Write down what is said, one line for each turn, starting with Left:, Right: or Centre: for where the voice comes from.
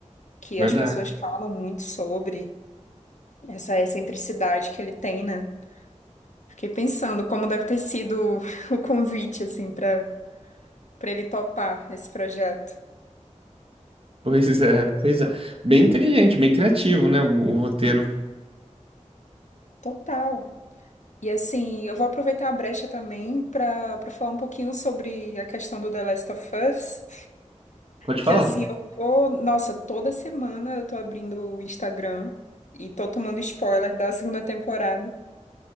Left: que
Right: Verdade.
Left: as pessoas falam muito sobre. Essa excentricidade que ele tem, né? Fiquei pensando como deve ter sido <laughs> o convite, assim, para para ele topar esse projeto.
Right: Pois é, pois é. Bem inteligente, bem criativo, né? O, o roteiro.
Left: Total. E assim, eu vou aproveitar a brecha também para para falar um pouquinho sobre a questão do The Last of Us,
Right: Pode falar.
Left: que assim, eu tô, nossa, toda semana eu tô abrindo o Instagram e tô tomando spoiler da segunda temporada.